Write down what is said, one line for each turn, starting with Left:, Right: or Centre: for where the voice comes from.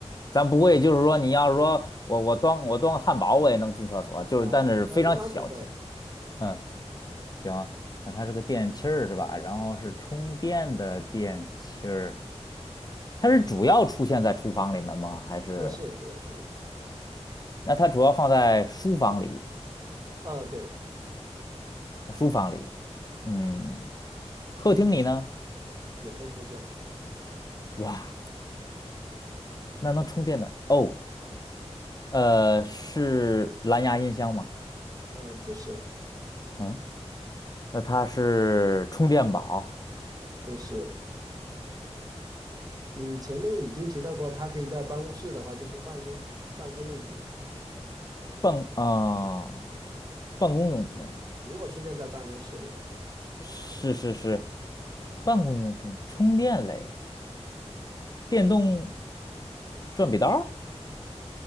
Left: 咱不会就是说你要是说我我端我端个汉堡我也能进厕所，就是但是非常小气。
Right: 啊啊，一般不会，嗯，
Left: 嗯，行，那它是个电器儿是吧？然后是充电的电器儿，它是主要出现在厨房里面吗？还是
Right: 不是主要出现在厨房，
Left: 那它主要放在书房里？
Right: 啊，对，
Left: 书房里，嗯，客厅里呢？
Right: 也会出现，
Left: 哇，那能充电的哦，呃，是蓝牙音箱吗？
Right: 呃，不是
Left: 嗯。那它是充电宝，
Right: 不是，你前面已经提到过，它可以在办公室的话，就是办公办公用品，
Left: 办啊、办公用品，
Right: 如果出现在办公室里的话，
Left: 是是是，办公用品，充电类，电动转笔刀 <laughs> 儿，